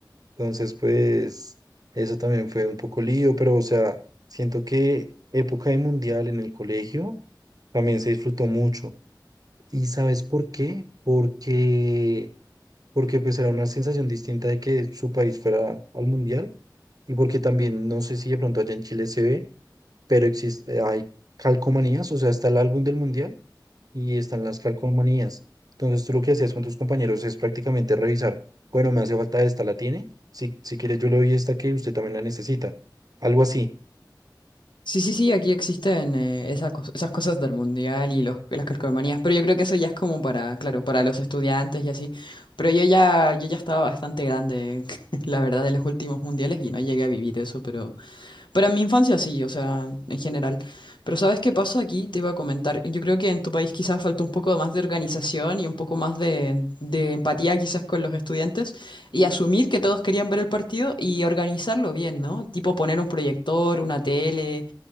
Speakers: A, on the right; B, on the left.
A: Entonces, pues eso también fue un poco lío, pero o sea, siento que época de mundial en el colegio también se disfrutó mucho. ¿Y sabes por qué? Porque, porque pues era una sensación distinta de que su país fuera al mundial y porque también, no sé si de pronto allá en Chile se ve, pero existe, eh, hay calcomanías, o sea, está el álbum del mundial y están las calcomanías. Entonces tú lo que hacías con tus compañeros es prácticamente revisar, bueno, me hace falta esta, ¿la tiene? Si, si quieres yo le doy esta que usted también la necesita. Algo así.
B: Sí, sí, sí, aquí existen eh, esa cos- esas cosas del mundial y los, las calcomanías, pero yo creo que eso ya es como para, claro, para los estudiantes y así. Pero yo ya, yo ya estaba bastante grande, <laughs> la verdad, en los últimos mundiales y no llegué a vivir eso, pero, pero en mi infancia sí, o sea, en general. Pero ¿sabes qué pasó aquí? Te iba a comentar. Yo creo que en tu país quizás faltó un poco más de organización y un poco más de, de empatía quizás con los estudiantes y asumir que todos querían ver el partido y organizarlo bien, ¿no? Tipo poner un proyector, una tele.